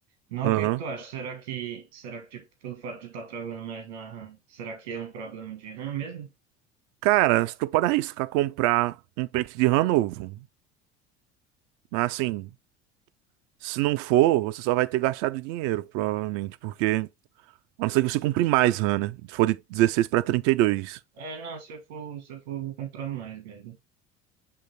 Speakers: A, on the right; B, on the right.
A: Não,
B: Aham.
A: o que que tu acha? Será que, será que tipo, pelo fato de estar travando mais na RAM, será que é um problema de RAM mesmo?
B: Cara, tu pode arriscar comprar um pente de RAM novo. Mas assim, se não for, você só vai ter gastado dinheiro, provavelmente, porque. A não ser que você compre mais RAM, né? Se for de 16 para 32.
A: É, não, se eu for, se eu for, eu vou comprar mais mesmo.